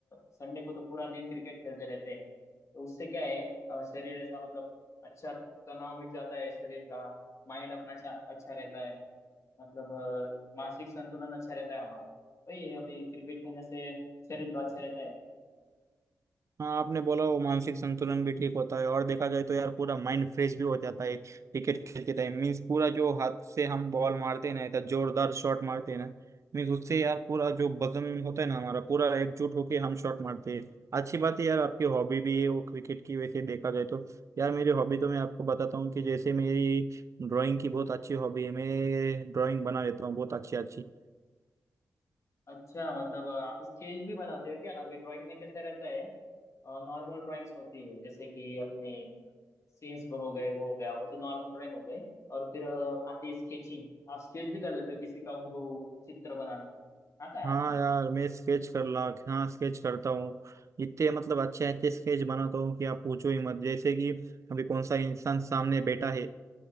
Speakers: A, on the left; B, on the right.
A: संडे को तो पूरा दिन क्रिकेट खेलते रहते हैं तो उससे क्या है अ, शरीर ऐसा मतलब अच्छा तनाव मिट जाता है शरीर का माइंड अपना अच्छा अच्छा रहता है मतलब अ, मानसिक संतुलन अच्छा रहता है हमारा वही है अभी क्रिकेट खेलने से शरीर तो अच्छा रहता है
B: हाँ आपने बोला वो मानसिक संतुलन भी ठीक होता है और देखा जाए तो यार पूरा माइंड फ्रेश भी हो जाता है क्रिकेट खेलते टाइम मीन्स पूरा जो हाथ से हम बॉल मारते हैं ना इतना जोरदार शॉट मारते हैं ना मीन्स उससे यार पूरा जो वजन होता है ना हमारा पूरा एकजुट होके हम शॉट मारते हैं अच्छी बात है यार आपकी हॉबी भी है वो क्रिकेट की वैसे देखा जाए तो यार मेरी हॉबी तो मैं आपको बताता हूँ कि जैसे मेरी ड्राइंग की बहुत अच्छी हॉबी है मैं ड्राइंग बना लेता हूँ बहुत अच्छी अच्छी
A: अच्छा मतलब अ, आप स्केच भी बनाते हो क्या अभी ड्राइंग में कैसा रहता है नॉर्मल ड्राइंग्स होती है जैसे कि अपने सीन्स हो गए वो हो गया वो तो नॉर्मल ड्राइंग हो गए और फिर अ, आती है स्केचिंग आप स्केच भी कर लेते हो किसी का हूबहू चित्र बनाना आता है आपको
B: हाँ यार मैं स्केच कर ला हाँ स्केच करता हूँ इतने मतलब अच्छे अच्छे स्केच बनाता हूँ कि आप पूछो ही मत जैसे कि अभी कौन सा इंसान सामने बैठा है